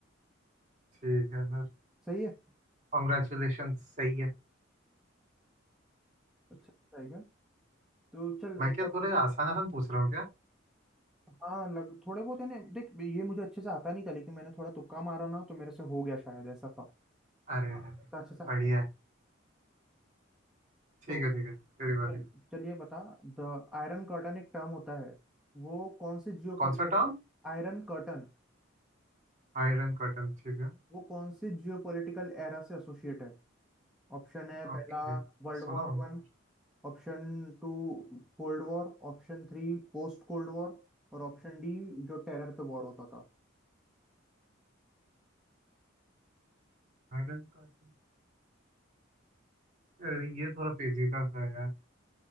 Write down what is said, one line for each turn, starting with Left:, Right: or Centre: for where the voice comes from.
Right: ठीक है सर
Centre: सही है
Right: कॉन्ग्रेचुलेशन सही है
Centre: अच्छा सही है तो चल
Right: मैं
Centre: एक
Right: क्या
Centre: और
Right: थोड़े
Centre: पूछ
Right: आसान आसान पूछ रहा हूँ क्या
Centre: हाँ लग थोड़े बहुत है ना देख ये मुझे अच्छे से आता नहीं था लेकिन मैंने थोड़ा तुक्का मारा ना तो मेरे से हो गया शायद ऐसा था
Right: अरे अरे
Centre: हाँ, तो अच्छे से
Right: बढ़िया है ठीक
Centre: तो
Right: है ठीक है तेरी
Centre: ये-
Right: बारी
Centre: चलिए बता द आयरन कर्टन एक टर्म होता है वो कौन से जियोपॉलिटिक
Right: कौन सा टर्म
Centre: आयरन कर्टन
Right: आयरन कर्टन ठीक है
Centre: वो कौन से जियोपॉलिटिकल एरा से एसोसिएट है ऑप्शन है
Right: ओके
Centre: पहला world
Right: सुना
Centre: war
Right: होगा
Centre: one Option two cold war Option three post cold war और ऑप्शन डी जो टेरर पे वॉर होता था
Right: आयरन कर्टन अरे ये थोड़ा पेचीदा सा है यार